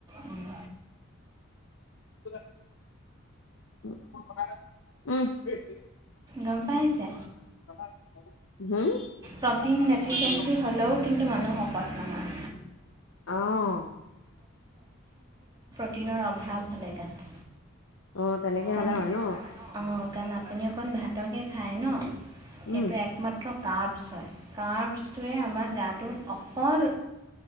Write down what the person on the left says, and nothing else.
উ'
হম
অঁ
অ তেনেকে
হলে হয় ন
উম